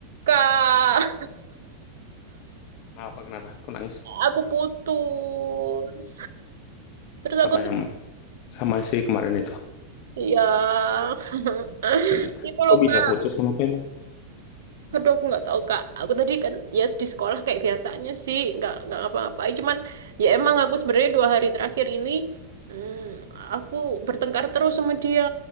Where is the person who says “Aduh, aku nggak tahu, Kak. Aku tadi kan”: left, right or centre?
Right